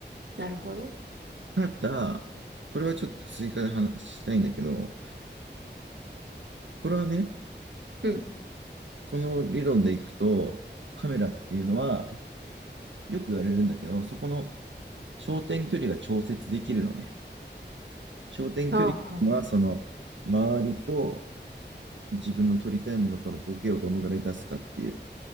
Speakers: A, on the right; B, on the right.
A: なるほど。
B: ただ、これはちょっと追加で話したいんだけど、これはね、
A: うん。
B: この理論でいくと、カメラっていうのは、よく言われるんだけど、そこの焦点距離が調節できるのね。焦点距離は、
A: ああ、はあ
B: その、周りと自分の撮りたいものとのボケをどのぐらい出すかっていう